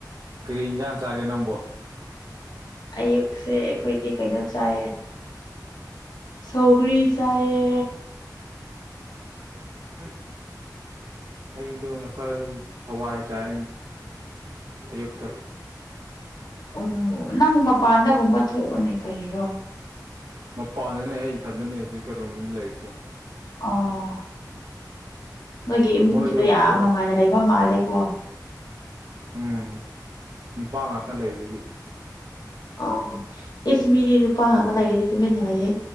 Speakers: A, on the right (about 75°); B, on the left (about 70°).
A: ꯀꯔꯤ ꯏꯟꯖꯥꯡ ꯆꯥꯒꯦ ꯅꯪꯕꯣ
B: ꯑꯌꯨꯛꯁꯦ ꯑꯩꯈꯣꯏꯗꯤ ꯀꯩꯅꯣ ꯆꯥꯏꯌꯦ ꯁꯧꯒ꯭ꯔꯤ ꯆꯥꯌꯦ
A: ꯎꯝ ꯑꯩꯗꯨ ꯉꯁꯥꯥꯏ ꯍꯋꯥꯏ ꯆꯥꯏꯌꯦ ꯑꯌꯨꯛꯇꯣ
B: ꯎ ꯅꯪ ꯃꯄꯥꯟꯗꯒꯨꯝꯕ ꯊꯣꯛꯑꯣꯅꯦ ꯀꯔꯤꯔꯣ
A: ꯃꯄꯥꯟꯗꯅꯦ ꯑꯩ ꯏꯊꯟꯗꯅꯦ ꯍꯧꯖꯤꯛ ꯇꯔꯣꯝ ꯂꯩꯔꯤꯁꯦ
B: ꯑꯣ ꯅꯣꯏꯒꯤ ꯏꯃꯨꯡꯗꯨꯗ
A: ꯃꯣꯏꯗꯣ
B: ꯌꯥꯝ
A: ꯈꯔ
B: ꯅꯨꯡꯉꯥꯏꯅ ꯂꯩꯕ ꯃꯥꯜꯂꯦꯀꯣ
A: ꯎꯝ ꯅꯨꯄꯥ ꯉꯥꯛꯇ ꯂꯩꯕꯒꯤ
B: ꯑ ꯏꯁ ꯃꯤꯗꯤ ꯅꯨꯄꯥ ꯉꯥꯛꯇ ꯂꯩꯔꯗꯤ ꯇꯨꯃꯤꯟꯅ ꯂꯩꯌꯦ